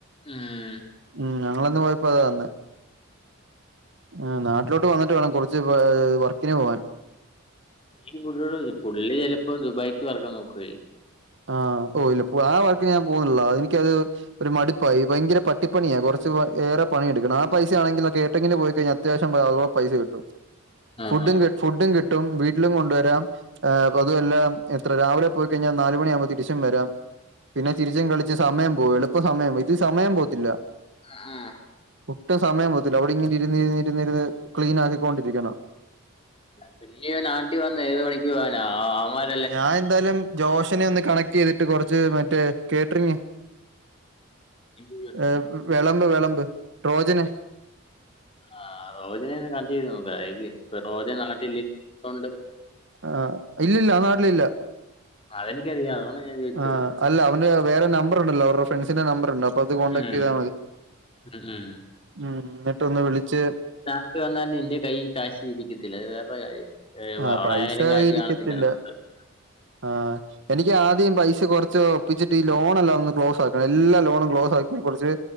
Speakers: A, on the left; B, on the right.
A: ഉം
B: ഉം ഞങ്ങളന്ന് പോയപ്പോ അതാതന്നെ ഉം നാട്ടിലോട്ട് വന്നിട്ട് വേണം കൊർച്ച് വ് ഏ വർക്കിന് പോവാൻ.
A: ഈ പുള്ള് <unintelligible> പുള്ളി ചെലപ്പൊ ദുബായ്ക്ക് പറക്കാൻ നോക്കുവായിരിക്കും.
B: ആഹ് ഓ ഇല്ല പോ ആ വർക്ക്ന് ഞാൻ പോണ്ല്ല എനിക്കത്. ഒരു മടുപ്പായി ഭയങ്കര പട്ടിപ്പണിയ കൊർച്ച് വ ഏറെ പണിയെടുക്കണം ആ പൈസ ആണെങ്കിലൊ കേട്ട്റിങ്ങ്ൽ പോയിക്കഴിഞ്ഞാ. അത്യാവ്ശ്യം <unintelligible> പൈസ കിട്ടും.
A: ആ
B: ഫുഡും
A: ആ
B: ഫുഡും കിട്ടും വീട്ട്ലും കൊണ്ടുവരാം ഏ ഇപ്പതുഎല്ലാം. ത്ര രാവിലെ പോയിക്കഴിഞ്ഞാൽ നാലുമണി ആവുമ്പൊ തിരിച്ചും വരാം പിന്നെ
A: ആ,
B: ചിരിച്ചും കളി ചെ സമയം പോവും എളുപ്പ സമയം പോവും ഇത് സമയം പോവത്തില്ല.
A: ആഹ്.
B: ഒട്ടും സമയം പോവത്തില്ല അവിടെ ഇങ്ങനെ ഇരിന്ന് ഇരിന്ന് ക്ലീൻ ആക്കിക്കോണ്ടിരിക്കണം.
A: പ്പ നീ നാട്ടിൽ വന്ന് ഏത് പണിക്ക് പോവാന ആഹ അവന്മാർ
B: ഞാ എന്തായാലും ജോഷനെ ഒന്ന് കണക്റ്റെയ്തിട്ട് കൊറച്ച് മറ്റേ കേറ്ററിംഗ്
A: നീ ഇത് ചോദിച്ചില്ലേ?
B: ഏഹ് വെളമ്പ് വെളമ്പ് ട്രോജന്
A: ആഹ റോജനെന്നെ കണ്ടിരുന്നു വൈകി റോജൻ നാട്ടില്. ഒണ്ട്.
B: ആഹ് ഇല്ലില്ല ഞാൻ നാട്ടിലില്ല.
A: അതെനിക്കറിയാം അതോണ്ടാ ഞാൻ ചോയ്ച്ചത്.
B: ആ അല്ല അവന് വേറെ നമ്പർ ഉണ്ടല്ലോ അവരുടെ ഫ്രൺസിന്റെ നമ്പർ ഉണ്ട. അപ്പ അത് കോണ്ടടാക്റ്റെയ്താ
A: ഉം
B: മതി
A: ഉം ഉം.
B: ഉം ന്നിട്ടൊന്ന് വിളിച്ച്.
A: കാശ് വന്നാ നിന്റെ കയ്യിൽ കാശി ഇരിക്കത്തില്ല അത് വേറൊര് കാര്യം. ഏഹ്
B: ആ
A: അവ്ടായാലും
B: പൈസ
A: കാശി
B: ഇരിക്കത്തില്ല
A: കാണത്തില്ല <unintelligible>
B: ആഹ് എനിക്ക് ആദ്യം പൈസ കൊറച്ച് ഒപ്പിച്ചിട്ട് ഈ ലോൺ എല്ലാം ഒന്ന് ക്ലോസാക്. എല്ലാ ലോണും ക്ലോസ ആക്കി കൊറച്ച്